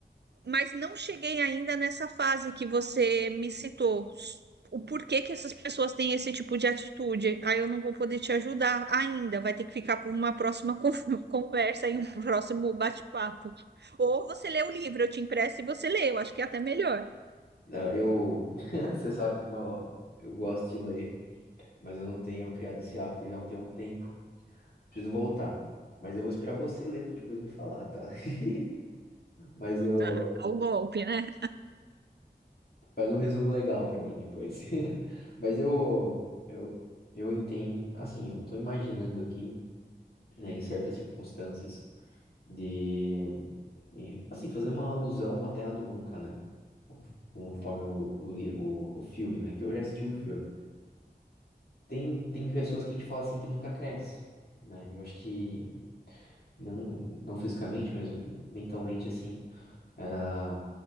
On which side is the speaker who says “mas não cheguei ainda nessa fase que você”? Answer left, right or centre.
Right